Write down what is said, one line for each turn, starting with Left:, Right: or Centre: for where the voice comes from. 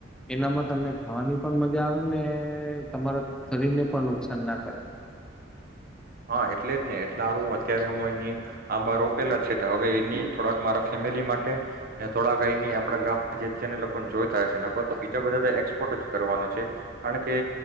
Centre: એનામાં તમને ખાવાની પણ મજા આવે ને તમારા શરીરને પણ નુકસાન ના કરે.
Right: હા, એટલે જ ને એટલા હારુ, અત્યારે હું અહીંની આંબા રોપેલા જ છે તે હવે એની થોડાક મારા ફેમિલી માટે, થોડાક અહીંની આપડા ગામ જે જેને લોકોને જોઈતા હશેને, બીજા બધા તો એક્સપોર્ટ જ કરવાનો છે કારણ કે